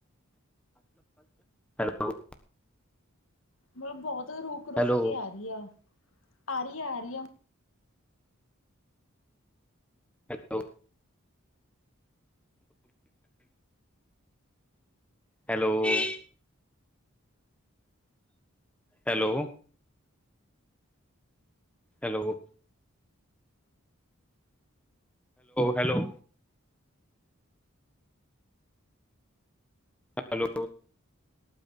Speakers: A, in the centre; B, on the left (about 70°).
A: ਹੈਲੋ <unintelligible>
B: ਮਤਲਬ ਬੋਤ ਰੁਕ -ਰੁਕ
A: ਹੈਲੋ
B: ਕੇ ਆ ਰੀ ਆ, ਆ ਰੀ ਆ, ਆ ਰੀ ਆ।
A: Hello. Hello. <unintelligible> Hello! Hello, hello hello. Hello.